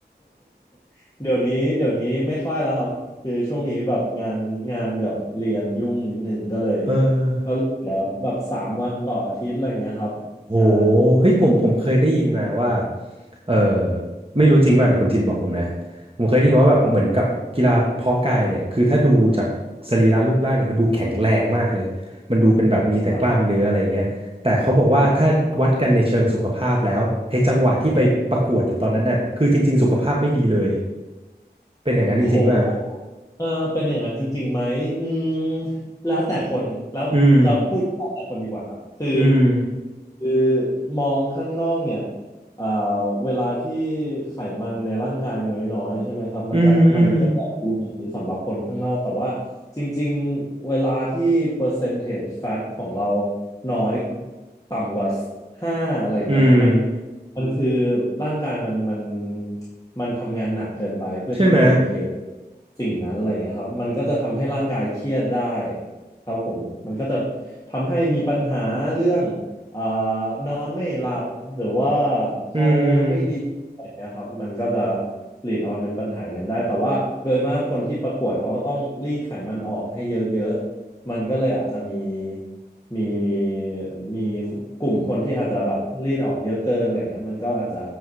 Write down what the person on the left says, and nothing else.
<laughs> เดี๋ยวนี้เดี๋ยวนี้ไม่ค่อยแล้วครับคือช่วงนี้แบบงานงานกับเรียนยุ่งนิดนึงก็เลย
ก็เหลือแบบสามวันต่ออาทิตย์อะไรอย่างเงี้ยครับใช่
ครับครับอืมอืม
โห เออเป็นอย่างนั้นจริงๆไหมอืมแล้วแต่คนแล้วจะพูดแล้วแต่คนดีกว่าครับคือ
คือมองข้างนอกเนี่ยเอ่อเวลาที่ไขมันในร่างกายน้อยๆใช่ไหมครับมันจะมันก็จะดูดีสำหรับคนข้างนอกแต่ว่าจริงๆเวลาที่เปอร์เซน
g e fat ของเราน้อยต่ำกว่าห้าอะไรอย่างเงี้ยครับมัน
มันคือร่างกายมันมันมันทำงานหนักเกินไปเพื่อที่จะเมนเทน
สิ่งนั้นอะไรอย่างเงี้ยครับมันก็จะทำให้ร่างกายเครียดได้ครับผมมันก็จะทำให้มีปัญหาเรื่องเอ่อนอนไม่หลับหรือว่าฮอร์โมนไม่ดีอะไรอย่างเงี้ยครับมันก็จะ
ลีดออนเป็นปัญหาอย่างนั้นได้แต่ว่าโดยมากคนที่ประกวดเขาก็ต้องรีดไขมันออกให้เยอะๆมันก็เลยอาจจะมี มีมีมีกลุ่มคนที่อาจจะแบบรีดออกเยอะเกินอะไรเงี้ยมันก็อาจจะ